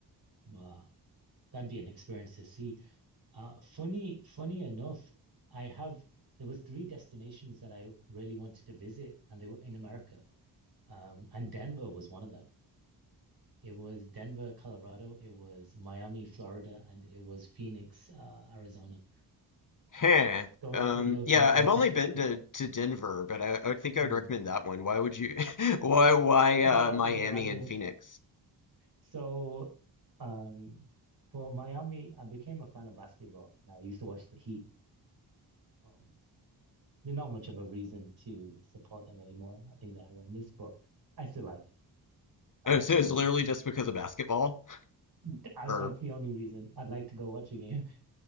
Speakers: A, on the right; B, on the left.
A: Wow. That'd be an experience to see. Uh, funny, funny enough, I have there was three destinations that I really wanted to visit, and they were in America. Um, and Denver was one of them. It was Denver, Colorado. It was Miami, Florida, and it was Phoenix, uh, Arizona.
B: Huh.
A: Those
B: Um,
A: three locations.
B: yeah, I've only
A: <laughs>
B: been to, to Denver, but I, I would think
A: Mm.
B: I would recommend that one. Why would you? <laughs> Why why uh,
A: They're all
B: Miami
A: a bit random.
B: and Phoenix?
A: So, um, for Miami, I became a fan of basketball, and I used to watch the Heat. Um, There's not much of a reason to support them anymore. I think they're horrendous, but I still like them. Um,
B: Oh, so it's literally just because of basketball?
A: th- I,
B: Or
A: that's the only reason I'd like to go watch a game. <laughs>